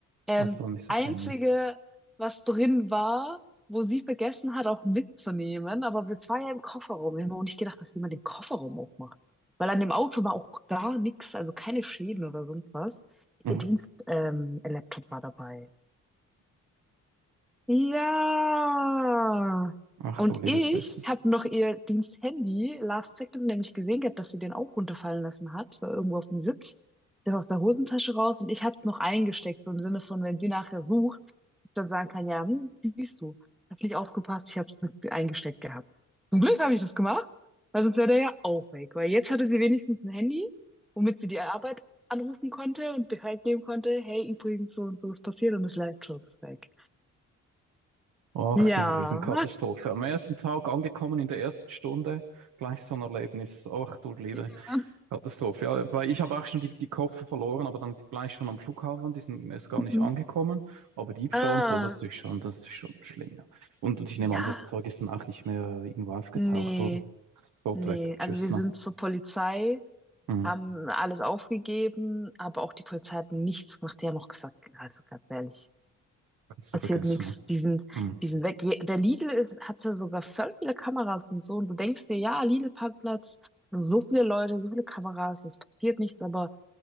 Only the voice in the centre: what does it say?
Ähm,
einzige,
was drin war, wo sie vergessen hat, auch mitzunehmen, aber es war ja im Kofferraum. Wir haben auch nicht gedacht, dass jemand den Kofferraum aufmacht. Weil an dem Auto war auch gar nichts, also keine Schäden oder sonst was.
Ihr Dienst, ähm, Laptop war dabei. Ja.
Und
ich
habe noch ihr Diensthandy last second nämlich gesehen gehabt, dass sie den auch runterfallen lassen hat, war irgendwo auf dem Sitz. Der war aus der Hosentasche raus und ich habe es noch eingesteckt, so im Sinne von, wenn sie nachher sucht, ich dann sagen kann, ja, hm, siehst du, hab nicht aufgepasst, ich habe es mit eingesteckt gehabt. Zum Glück habe ich das gemacht, weil sonst wäre der ja auch weg, weil jetzt hatte sie wenigstens ein Handy, womit sie die Arbeit anrufen konnte und Bescheid geben konnte, hey, übrigens, so und so ist passiert und das Leitschutz ist weg.
Ja.
<laughs>
Mhm.
Ah,
ja.
Nee,
nee.
Also wir
sind zur Polizei,
haben alles aufgegeben, aber auch die Polizei hat nichts gemacht. Die haben auch gesagt, also ganz ehrlich,
passiert
nichts.
Die sind,
die sind weg. Wir, der Lidl ist, hat ja sogar voll viele Kameras und so. Und du denkst dir, ja, Lidl-Parkplatz, so viele Leute, so viele Kameras, es passiert nichts, aber